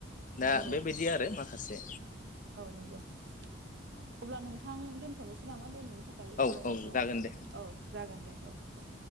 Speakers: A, on the left (about 40°); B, on the right (about 60°).
A: ना
B: नंगौ
A: बेबायदि आरो मा खासे
B: औ नंगौ। अब्ला नों थां दोनथ'नोसै नामा दिनै? थाखाय
A: औ
B: सावरायनायखौ
A: औ जागोन दे
B: औ जागोन दे औ औ।